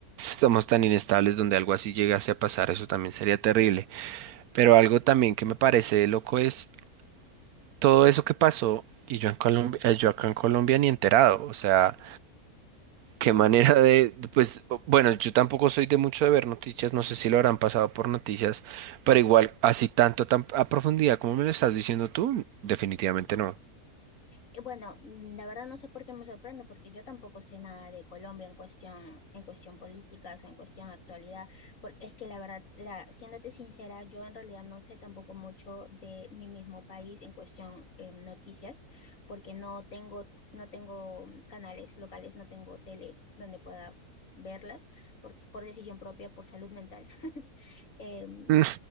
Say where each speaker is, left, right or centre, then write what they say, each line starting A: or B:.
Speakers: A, on the right; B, on the left.
A: somos tan inestables donde algo así llegase a pasar, eso también sería terrible. Pero algo también
B: ujú.
A: que me parece loco es todo eso que pasó y yo en Colombia, eh, yo acá en Colombia ni enterado. O sea, qué
B: ¿No?
A: manera de, pues, o- bueno, yo tampoco soy de mucho de ver noticias, no sé si lo habrán pasado por noticias, pero igual así tanto tan a profundidad como me lo estás diciendo tú, definitivamente no.
B: Eh, Bueno, mm, la verdad no sé por qué me sorprendo, porque yo tampoco sé nada de Colombia en cuestión, en cuestión políticas o en cuestión actualidad, porque es que la verdad, la, siéndote sincera, yo en realidad no sé tampoco mucho de mi mismo país en cuestión eh, noticias, porque no tengo, no tengo mm, canales locales, no tengo tele donde pueda verlas, por, por decisión propia, por salud mental. <laughs> Em,
A: Mm,